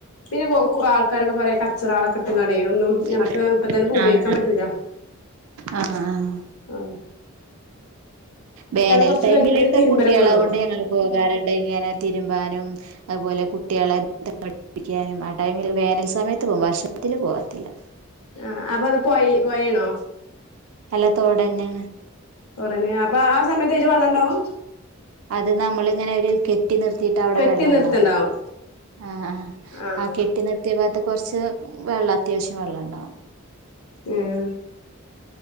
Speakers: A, on the left (about 80°); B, on the right (about 70°).
A: പിന്നെ കൊ ആൾക്കാരൊക്കെ പറയേ കാച്ചാറാള് ഇണ്ട്കാണ്ട് ഒന്നും നമുക്ക്
B: ആഹ്
A: ഇപ്പൊ തന്നെ പോ ഉപയോഗിക്കാൻ
B: ആഹ്
A: പറ്റൂല
B: ആഹ് ആഹ്
A: ആഹ്‌
B: വേനൽ
A: കൊറച്ച്
B: ടൈമിലൊക്കെ
A: കഴിഞ്ഞ് തിരുമ്പലൊക്കെ
B: കുട്ടികളെ
A: തൊടങ്ങും
B: കൊണ്ട് ഞങ്ങള് പോകാറുണ്ട് ഇങ്ങനെ തിരുമ്പാനും അതുപോലെ കുട്ടികളെ നിന്തൽ പഠിപ്പിക്കാനും ആ ടൈമിൽ വേനൽ സമയത്ത് പോകുമ്പോ വർഷത്തില് പോവാത്തില്ല
A: ആഹ്‌ അപ്പൊ അത് പോയ പോയണോ
B: അല്ലാത്തോടെന്ന
A: തുടന്നെ അപ്പൊ ആ സമയത്ത് ഇ വെള്ളം ഉണ്ടാവും
B: അത് നമ്മളിങ്ങനെ ഒരു കെട്ടി കെട്ടി നിർത്തിയിട്ട് അവിടെ
A: കെട്ടി
B: വെള്ളം
A: നിർത്തണ്ടാവും
B: ഉണ്ടാവും ആഹ്‌ ആഹ്‌
A: ആഹ്
B: ആഹ്‌ കെട്ടി നിർ ത്യാ ഭാഗത്ത് കുറച്ച് വെള്ളം അത്യാവശ്യം വെള്ളം ഉണ്ടാവും
A: ഉം